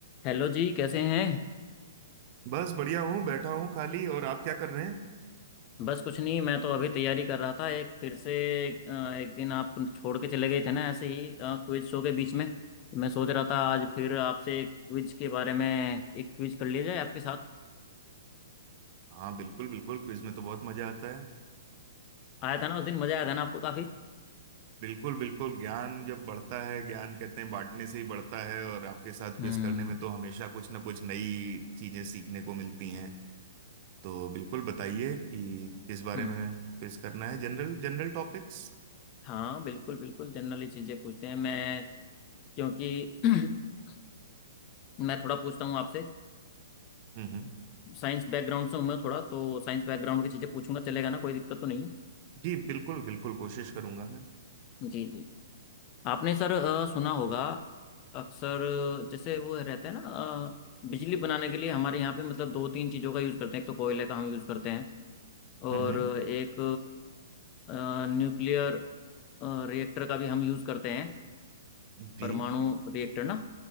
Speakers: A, on the left; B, on the right.
A: Hello जी कैसे हैं
B: बस बढ़िया हूँ बैठा हूँ खाली और आप क्या कर रहे हैं
A: बस कुछ नहीं मैं तो अभी तैयारी कर रहा था एक फिर से अ, एक दिन आप छोड़ के चले गए थे ना ऐसे ही क्विज शो के बीच में तो मैं सोच रहा था आज फिर आपसे क्विज के बारे में एक क्विज कर लिया जाए आपके साथ
B: हाँ बिल्कुल बिल्कुल क्विज में तो बहुत मजा आता है
A: आया था ना उस दिन मजा आया था ना आपको काफी
B: बिल्कुल बिल्कुल ज्ञान जब बढ़ता है ज्ञान कहते हैं बांटने से ही बढ़ता है और आपके साथ
A: हम्म
B: क्विज करने में तो हमेशा कुछ ना कुछ नई चीजें सीखने को मिलती हैं तो बिल्कुल बताइए कि किस बारे
A: हम्म
B: में क्विज करना है जनरल जनरल टॉपिक्स
A: हाँ बिल्कुल बिल्कुल जनरली चीजें पूछते हैं मैं क्योंकि <clears throat> मैं थोड़ा पूछता हूँ आपसे
B: हम्म हम्म
A: साइंस बैकग्राउंड से हूँ मैं थोड़ा तो साइंस बैकग्राउंड की चीजें पूछूंगा चलेगा ना कोई दिक्कत तो नहीं है?
B: जी बिल्कुल बिल्कुल कोशिश करूंगा मैं
A: जी जी आपने सर अ, सुना होगा अक्सर अ, जैसे वो रहते हैं ना अ, बिजली बनाने के लिए हमारे यहाँ पे मतलब दो तीन चीज़ों का यूज़ करते हैं एक तो कोयले का हम यूज़ करते हैं और
B: हम्म हम्म
A: एक अ, न्यूक्लियर अ, रिएक्टर का भी हम यूज़ करते हैं
B: जी
A: परमाणु रिएक्टर ना